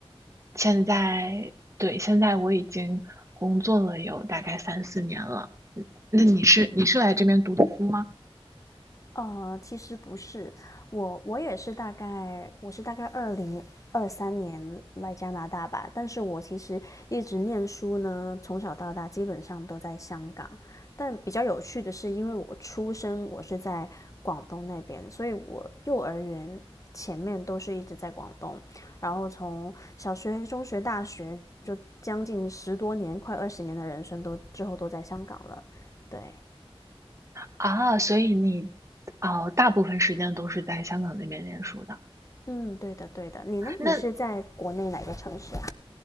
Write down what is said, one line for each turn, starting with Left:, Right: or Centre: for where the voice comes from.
Right: 现在，对，现在我已经工作了有大概三四年了。嗯那你是你是来这边读的书吗？
Left: 呃，其实不是，我我也是大概我是大概二零二三年来加拿大吧，但是我其实一直念书呢，从小到大基本上都在香港。但比较有趣的是，因为我出生我是在广东那边，所以我幼儿园前面都是一直在广东，然后从小学、中学、大学就将近十多年、快二十年的人生都之后都在香港了，对。
Right: 啊，所以你哦，大部分时间都是在香港那边念书的。
Left: 嗯，对的，对的。你呢？
Right: 那
Left: 你是在国内哪个城市啊？